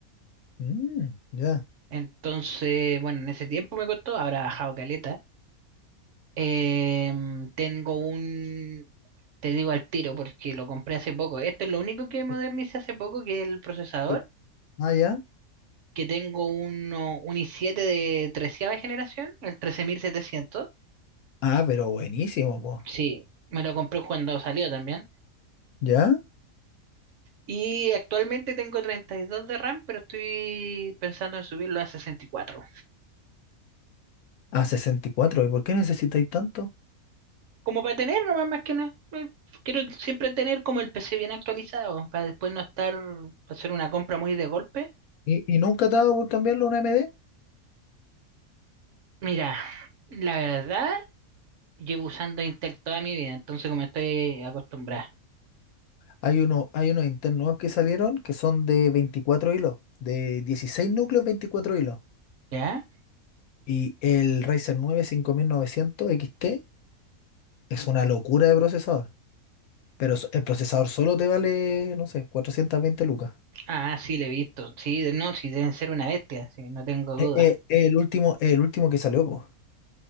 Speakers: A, on the left (about 80°); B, on the right (about 65°).
A: Mm, ya.
B: Entonces, bueno, en ese tiempo me costó, ahora ha bajado caleta. Em, tengo un, te digo al tiro porque lo compré hace poco. Esto es lo único que modernicé
A: Ya.
B: hace poco, que es el procesador,
A: Eh, Ah, ya.
B: que tengo uno, un i7 de treceava generación, el trece mil setecientos
A: Ah, pero buenísimo, po.
B: Sí, me lo compré cuando salió también.
A: ¿Ya?
B: Y actualmente tengo treinta y dos de RAM, pero estoy pensando en subirlo a 64
A: A sesenta ¿Y cuatro y por qué necesitáis tanto?
B: como para tener nomás más que nada. Eh, Quiero siempre tener como el PC bien actualizado, para después no estar, hacer una compra muy de golpe.
A: ¿Y, y nunca te ha dado por cambiarlo a una MD?
B: Mira, la verdad, llevo usando Intel toda mi vida, entonces como estoy acostumbrada,
A: Hay uno, hay unos internos nuevos que salieron que son de 24 hilos, de 16 núcleos, 24 hilos.
B: ¿ya?
A: Y el Ryzen 9 5900 XT es una locura de procesador. Pero so- el procesador solo te vale, no sé, 420 lucas.
B: Ah, sí, le he visto. Sí, de- no, sí deben ser una bestia, sí, no tengo duda.
A: Eh, eh, el último, el último que salió, pues,